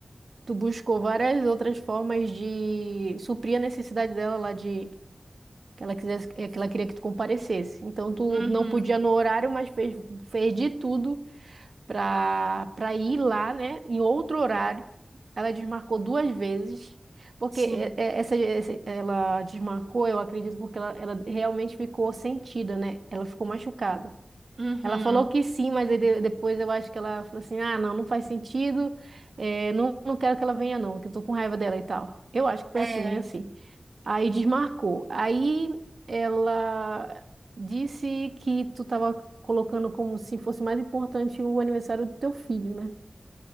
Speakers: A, on the right (about 80°); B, on the right (about 70°).
A: tu buscou várias outras formas de suprir a necessidade dela lá de que ela quisesse, é, que ela queria que tu comparecesse. Então, tu
B: Uhum,
A: não podia no horário, mas fez, fez de tudo para para ir lá, né, em outro horário. Ela desmarcou duas vezes, porque
B: sim.
A: é- é- essa, essa- ela desmarcou, eu acredito, porque ela, ela realmente ficou sentida, né? Ela ficou machucada.
B: Uhum.
A: Ela falou que sim, mas aí de- depois eu acho que ela falou assim: ah, não, não faz sentido, é, não, não quero que ela venha, não, que eu tô com raiva dela e tal. Eu acho que foi
B: É,
A: assim, meio assim. Aí desmarcou. Aí ela disse que tu tava colocando como se fosse mais importante o aniversário do teu filho, né?